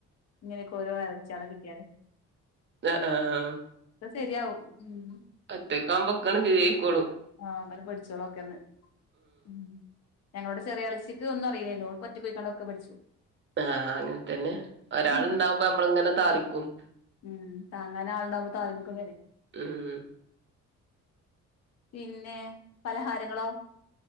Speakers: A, on the left; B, on the right.
A: ഇങ്ങനെയൊക്കെ ഓരോ അളച്ചിയാളെ കിട്ടിയല്
B: അ ആ ആം
A: ശരിയാവും ഉം
B: ഒറ്റക്കാവുമ്പ ഒക്കാണ് ശരിയായിക്കോളും
A: ആഹ് അങ്ങനെ പഠിച്ചോളൊക്കെന്ന് ഉം ഞങ്ങളോട് ചെറിയളിച്ചക്ക് ഒന്നും അറില്ല എന്നോട് പറ്റൊയിക്കണ്ടൊക്കെ പഠിച്ചു.
B: ആ അങ്ങൻ തന്നെ ഒരാള്
A: ഉം
B: ഇണ്ടാവുമ്പോ
A: ഉം
B: നമ്മള് ഇങ്ങനെ താറിക്കും
A: ഉം താങ്ങാനെ ആളുണ്ടകുമ്പോ തലങ്ങക്ക വരെ
B: ഉം
A: പിന്നെ പലഹാരങ്ങളോ